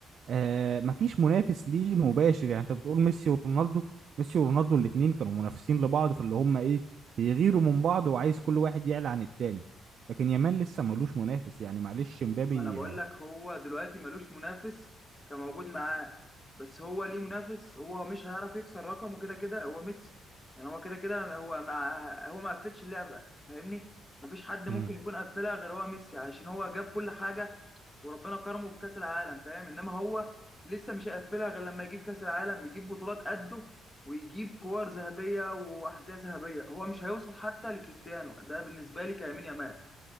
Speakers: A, on the right (about 60°); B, on the left (about 15°).
A: آه، مفيش منافس ليه مباشر يعني انت بتقول ميسي ورونالدو ميسي ورونالدو الاثنين كانوا منافسين لبعض في اللي هم ايه بيغيروا من بعض وعايز كل واحد يعلى عن التاني لكن يامال لسه ملوش منافس يعني معلش مبابي
B: ما انا بقول
A: آه،
B: لك هو دلوقتي ملوش منافس كموجود معاه بس هو ليه منافس هو مش هيعرف يكسر رقمه كده كده هو ميسي يعني هو كده كده هو ما هو ما قفلش اللعبه فاهمني مفيش حد ممكن
A: مم،
B: يكون قفلها غير هو ميسي عشان هو جاب كل حاجه وربنا كرمه بكاس العالم فاهم انما هو لسه مش هيقفلها غير لما يجيب كاس العالم يجيب بطولات قده ويجيب كور ذهبيه واحذيه ذهبيه هو مش هيوصل حتى لكريستيانو ده بالنسبه لي كيمين يامال